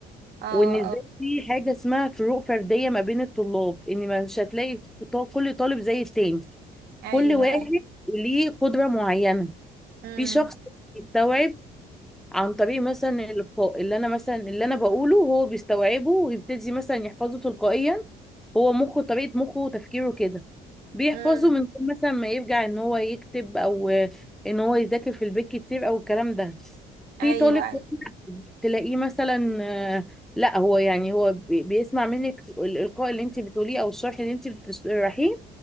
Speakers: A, on the right; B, in the centre.
A: اه
B: وان ازاي
A: اه
B: في حاجه اسمها فروق فرديه ما بين الطلاب ان مش هتلاقي طا- كل طالب زي التاني
A: ايوه
B: كل واحد
A: ايوه
B: ليه قدره معينه
A: امم
B: في شخص بيستوعب عن طريق مثلا الإلقاء اللي أنا مثلا اللي أنا بقوله هو بيستوعبه ويبتدي مثلا يحفظه تلقائيا هو مخه طريقة مخه وتفكيره كده بيحفظه
A: امم
B: من غير مثلا ما يرجع إن هو يكتب أو إن هو يذاكر في البيت كتير أو الكلام ده في
A: ايوه
B: طالب
A: ايوه
B: تلاقيه مثلا آه، لا هو يعني هو بي- بيسمع منك الإلقاء اللي انت بتقوليه او الشرح اللي انت بتشرحيه